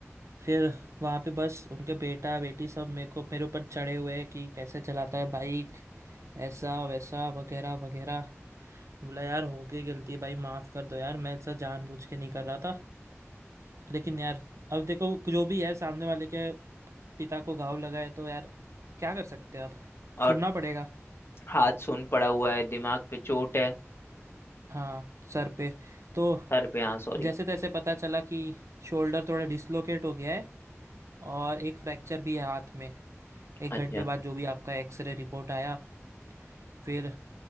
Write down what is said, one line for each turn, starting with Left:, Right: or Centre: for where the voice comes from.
Right: फिर वहाँ पे बस उनके बेटा बेटी सब मेरे को मेरे ऊपर चढ़े हुए हैं कि कैसे चलाता है बाइक ऐसा वैसा वगैरह वगैरह बोला यार हो गई गलती भाई माफ कर दो यार मैं ऐसा जानबूझ के नहीं कर रहा था लेकिन यार अब देखो जो भी है सामने वाले के पिता को घाव लगा है तो यार क्या कर सकते हैं अब
Left: और
Right: सुनना पड़ेगा
Left: हाथ सुन पड़ा हुआ है दिमाग पे चोट है
Right: हाँ सर पे तो
Left: सर पे हाँ सॉरी
Right: जैसे तैसे पता चला कि शोल्डर थोड़ा डिसलोकेट हो गया है और एक फ्रैक्चर भी है हाथ में एक
Left: अच्छा
Right: घंटे बाद जो भी आपका एक्सरे रिपोर्ट आया फिर